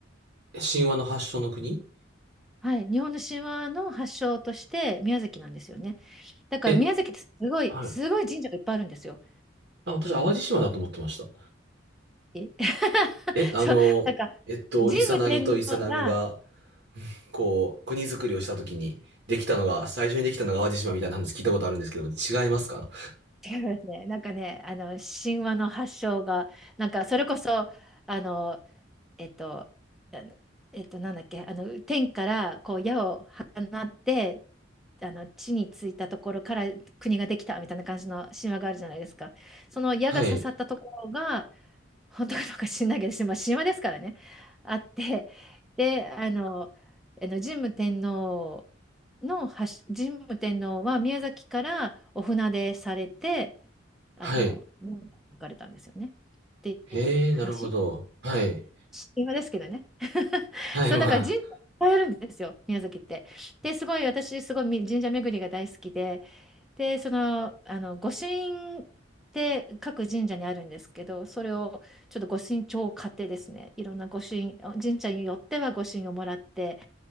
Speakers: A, on the right (about 60°); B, in the centre.
A: 神話の発祥の国
B: はい、日本の神話の発祥として宮崎なんですよね。だから宮崎ってすごい、
A: え、はい。
B: すごい神社がいっぱいあるんですよ。
A: あ、私、淡路島だと思ってました。
B: え <laughs>
A: え、あの、
B: そう、なんか、
A: えっと、
B: 神武天皇が、
A: イサナギとイサナミが、こう、国づくりをしたときに、できたのが、最初にできたのが淡路島みたいな話聞いたことあるんですけど、違いますか
B: 違いますね。<laughs> なんかね、あの神話の発祥が、なんかそれこそ、あの、えっと、あのえっと、なんだっけ、あの天からこう矢を放って、あの地についたところから国ができたみたいな感じの神話があるじゃないですか。その矢が刺さったところが、
A: はい。
B: 本当かどうか知んないけど、まあ、神話ですからね、あって、で、あの、あの神武天皇の発、神武天皇は宮崎からお船でされて、あの、
A: はい。
B: 行かれたんですよね。っていう話。
A: へえ、なるほど。はい。
B: 神話ですけどね。<laughs>
A: はい、
B: そう、
A: まあ。
B: だから神社いっぱいあるんですよ、宮崎って。で、すごい、私、すごい神社巡りが大好きで、で、その、あの、御朱印って各神社にあるんですけど、それをちょっと御朱印帳を買ってですね、いろんな御朱印、神社によっては御朱印をもらって、